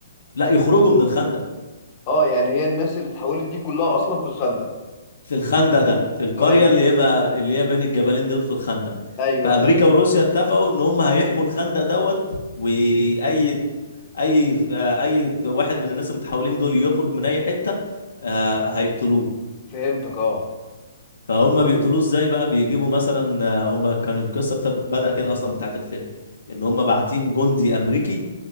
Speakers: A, on the left; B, on the left.
A: لا يخرجوا من الخندق
B: اه يعني هي الناس اللي اتحولت دي كلها اصلا في الخندق
A: في الخندق ده في القريه
B: تمام
A: اللي هي ما... اللي هي بين الجبلين دول في الخندق
B: ايوه
A: فامريكا
B: ايوه, أيوة.
A: وروسيا اتفقوا ان هم هيحموا الخندق دوت واي اي اي واحد من الناس المتحولين دول يخرج من اي حته آه، هيقتلوه
B: فهمتك اه
A: فهم بيقتلوه ازاي بقى بيجيبوا مثلا آه، هم كان القصه بتب... بدأ كده اصلا بتاعت الفيلم ان هم باعتين جندي امريكي